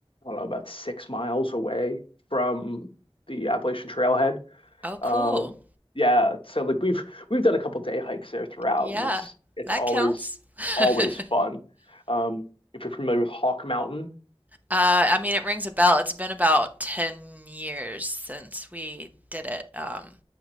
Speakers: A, on the left; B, on the right.
A: I don't know, about six miles away from the Appalachian Trailhead.
B: Oh, cool.
A: Um, yeah, so like we've we've done a couple day hikes there throughout,
B: Yeah,
A: and it's it's
B: that
A: always
B: counts.
A: always
B: <laughs>
A: fun. Um, if you're familiar with Hawk Mountain,
B: Uh, I mean, it rings a bell. It's been about 10 years since we did it. Um,